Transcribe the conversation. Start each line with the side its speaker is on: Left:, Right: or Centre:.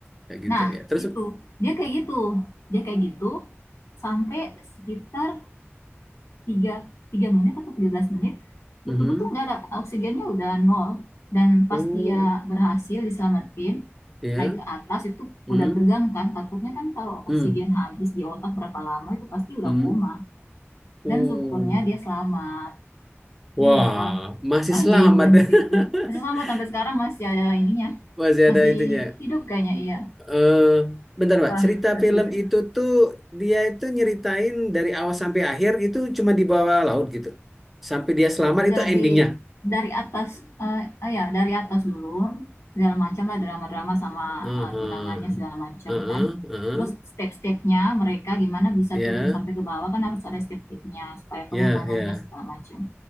Centre: Kayak gitu
Left: nah
Centre: ya. Terus
Left: itu
Centre: <laughs>
Left: dia kayak gitu dia kayak gitu sampai sekitar tiga tiga menit atau 13 menit
Centre: Mhm.
Left: betul-betul nggak ada oksigennya udah nol dan pas
Centre: Oh,
Left: dia berhasil diselamatin
Centre: ya.
Left: naik ke atas itu
Centre: Hmm.
Left: udah tegang kan takutnya kan kalau
Centre: Hmm.
Left: oksigen habis di otak berapa lama itu pasti udah
Centre: Hmm.
Left: koma
Centre: Oh.
Left: dan syukurnya dia selamat
Centre: Wah,
Left: iya wah
Centre: masih
Left: ajaiban
Centre: selamat.
Left: sih itu
Centre: <laughs>
Left: masih selamat sampai sekarang masih ada ininya
Centre: Masih
Left: masih
Centre: ada itunya.
Left: hidup kayaknya iya
Centre: eh bentar Mbak,
Left: wah
Centre: cerita
Left: seru
Centre: film
Left: ya.
Centre: itu tuh dia itu nyeritain dari awal sampai akhir itu cuma di bawah laut gitu. Sampai dia selamat
Left: dari
Centre: itu endingnya.
Left: dari atas eh eh, ya dari atas dulu segala macam lah drama-drama sama
Centre: Heeh.
Left: eh, tunangannya segala macam
Centre: Heeh,
Left: kan
Centre: heeh.
Left: terus step-stepnya mereka gimana bisa
Centre: Ya,
Left: turun sampai ke bawah kan harus ada step-stepnya supaya
Centre: ya,
Left: pengamanannya
Centre: ya,
Left: segala macam